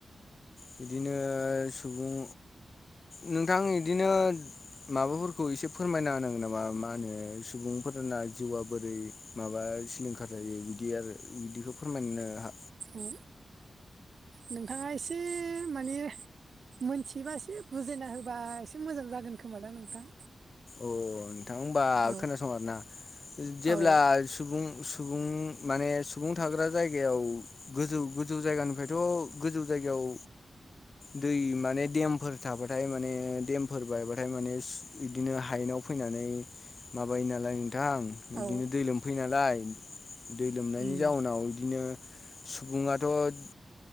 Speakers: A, on the left; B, on the right.
A: बिदिनो सुबुं नोंथां इदिनो माबाफोरखौ एसे फोरमायना होनांगोन नामा मा होनो सुबुंफोरना जिउआ बोरै माबा सिलिंखार जायो बिदि आरो बिदिखौ फोरमायनोनो हा
B: औ नोंथाङा एसे माने मोनथियोबा एसे बुजायना होबा एसे एसे मोजां जागोन खोमा दां नोंथां
A: औ नोंथां हबा
B: औ
A: खोनासं आरोना जेब्ला
B: औ
A: सुबुं सु सुबुं माने सुबुं थाग्रा जायगायाव गोजौ गोजौ जायगानिफ्रायथ' गोजौ जायगायाव दै माने देमफोर थाबाथाय माने देम फोर बायबाथाय माने बिदिनो हायेनाव फैनानै माबायो नालाय नोंथां
B: औ
A: बिदिनो दै लोमफैयो नालाय दै लोमनायनि
B: उम
A: जाउनाव बिदिनो सुबुङाथ'